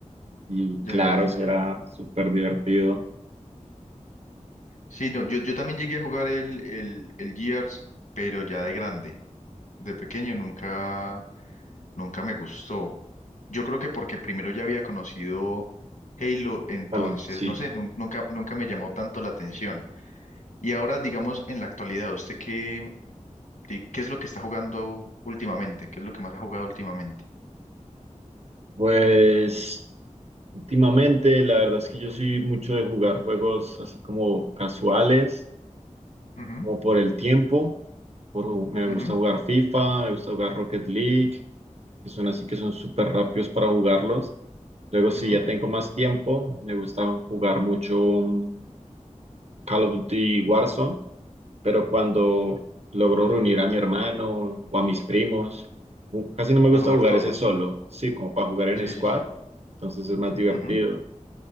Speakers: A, on the right (about 55°); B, on the left (about 80°).
A: Y
B: Ya,
A: claro,
B: ya, ya, ya,
A: eso
B: ya.
A: era súper divertido.
B: Sí, no, yo, yo también llegué a jugar el, el, el Gears, pero ya de grande. De pequeño nunca. nunca me gustó. Yo creo que porque primero ya había conocido Halo, entonces,
A: Jalo, sí.
B: no sé, nun- nunca, nunca me llamó tanto la atención. Y ahora, digamos, en la actualidad, ¿usted qué, di- qué es lo que está jugando últimamente? ¿Qué es lo que más ha jugado últimamente?
A: Pues últimamente la verdad es que yo soy mucho de jugar juegos así como casuales.
B: Ujú,
A: como por el tiempo. Por, ju- me
B: ujú,
A: gusta jugar FIFA, me gusta jugar Rocket League, que son así que son súper rápidos para jugarlos. Luego, si
B: ujú.
A: ya tengo más tiempo, me gusta jugar mucho mm, Call of Duty Warzone, pero cuando logro reunir a mi hermano o a mis primos, u- casi no me gusta
B: Para jugar
A: jugar
B: todos.
A: ese solo, sí, como para jugar en
B: Sí,
A: squad,
B: sí, sí.
A: entonces es más divertido.
B: Ujú.